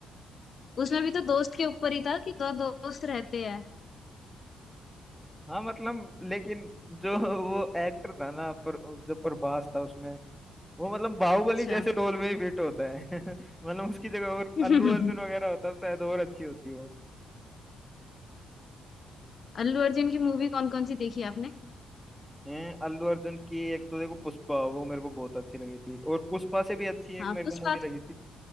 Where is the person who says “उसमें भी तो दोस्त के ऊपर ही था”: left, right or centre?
Left